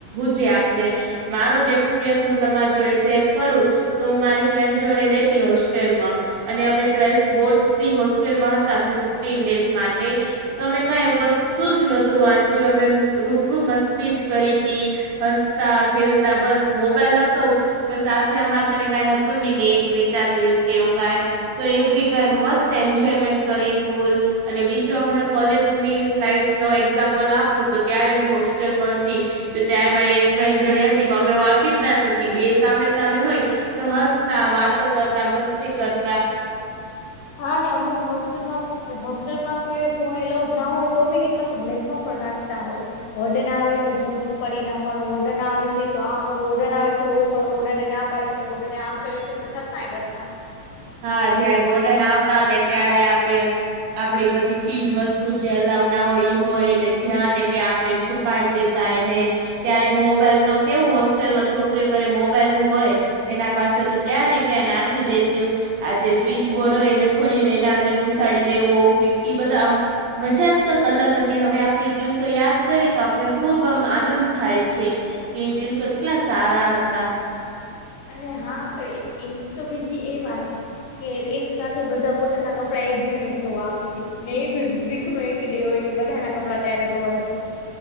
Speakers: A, on the right; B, on the left.
A: હજે આપને. મારો જ એક્સપિરિયન્સ, હું તમારી જોડે શેર કરું. તો હું મારી ફ્રેન્ડ જોડે રેતી હોસ્ટેલમાં. અને અમે ટ્વેલ્થ બોર્ડસ બી હોસ્ટેલમાં હતા, ફિફ્ટીન ડેઝ માટે. તો અમે કઈ કશું જ નહોતું વાંચ્યું, અમે રૂગુ મસ્તી જ કરી હતી. હસતા-ખેલતા, બસ મોબાઈલ હતો. બ સાથે અમારે કને કઈ હતું નહી, નેટ રિચાર્જ કેવું ક તો એ બી કઈ મસ્ત એન્જોયમેન્ટ કરી ફૂલ. અને બીજો હમણાં કોલેજની લાઈફ નો એક્ઝામ્પલ આપવું, તો ત્યારે બી હોસ્ટેલમાં હતી. તો ત્યારે મારી એક ફ્રેન્ડ જોડે હતી, પણ અમે વાંચી જ ના શકીએ, બે સામે સામે હોય. તો હસતા વાતો કરતા, મસ્તી કરતા.
B: હા, ના અમુક હોસ્ટેલમાં હોસ્ટેલમાં તો એ ફોન એલાઉ જ ના હોય, તો બી કેટલા તો બ્લેકમાં પણ રાખતા હોય. ઓડન આવે, એટલે ભન છુપાડી નાખવાનું, ઓર્ડન આવે છે, તો આ કરો ઓડન આવે છે, ઓ કરો વડન ના પાડે. ઓડને આમ કર્યું છે, પણ છતાંય કરતા.
A: હા, જયારે વોર્ડન આવતા ને, ત્યારે આપણે આપણેે એ બધી ચીજ વસ્તુ જે અલાવ ના હોય, એ હોયને, જ્યાં ને ત્યાં આપે છુપાડી દે. ય ને, ક્યારેક મોબાઈલ તો કેવું હોસ્ટેલ માં છોકરીઓ કરે, મોબાઈલ હોય. એના પાસે તો ક્યાં ને, ક્યાં નાખી દેતી. આ જે સ્વિચ બોર્ડ હોય, એને ખોલી ને એના અંદર ગુસ્ સાડી દેવો, એ બધા આમ મજાજ કક અલગ તે હવે આપે એ દિવસો યાદ કરી તો, આપને ખુબ આમ આનંદ થાય છે. કે દિવસો કેટલા સારા હતા.
B: અને હા તો, એ તો બીજી એ વાત. કે એક સાથે બધા પોતાના કપડા એક જણીને તો આપી દે ને, એ ભી વીક નો એક ડે હોય. કે બધા ના કપડા ત્યારે ધોવાશે.